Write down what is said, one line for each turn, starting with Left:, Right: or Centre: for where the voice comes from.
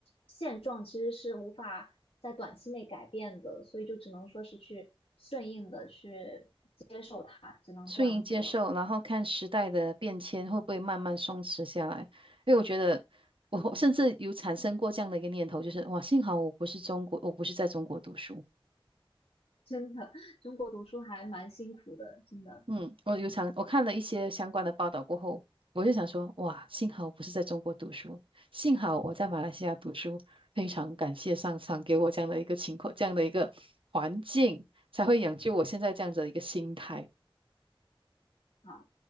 Left: 现状其实是无法在短期内改变的，所以就只能说是去顺应的去接受它，只能这样子了。
Right: 顺应接受，然后看时代的变迁会不会慢慢松弛下来，因为我觉得。我甚至有产生过这样的一个念头，就是哇，幸好我不是中国，我不是在中国读书。
Left: <laughs> 真的，中国读书还蛮辛苦的，真的。
Right: 嗯，我有想，我看了一些相关的报道过后，我就想说，哇，幸好我不是在中国读书，幸好我在马来西亚读书，非常感谢上苍给我这样的一个情况，这样的一个环境，才会养就我现在这样子的一个心态。
Left: 啊。